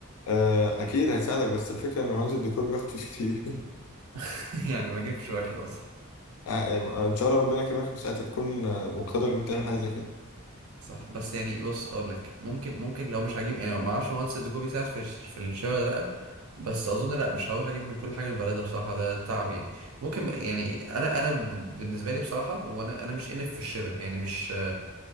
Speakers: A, on the left; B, on the right.
A: آه، اكيد هيساعدك بس الفكره ان مهندس الديكور بياخد فلوس كتير <laughs>
B: <laughs> يعني ما اجيبش واحد اصلا
A: آه، آه، ان شاء الله ربنا يكرمك بساعتها تكون آه، مقتدر ان انت تعمل حاجه زي كده
B: صح بس يعني بص اقول لك ممكن ممكن لو مش هجيب يعني ما اعرفش مهندس الديكور بيساعد في الش- في الشاي ولا لا بس اظن لا مش هروح اجيب من كل حاجه من بلدها بصراحه ده تعب يعني ممكن ب- يعني انا انا ب- بالنسبه لي بصراحه وانا انا مش انف في الشبه يعني مش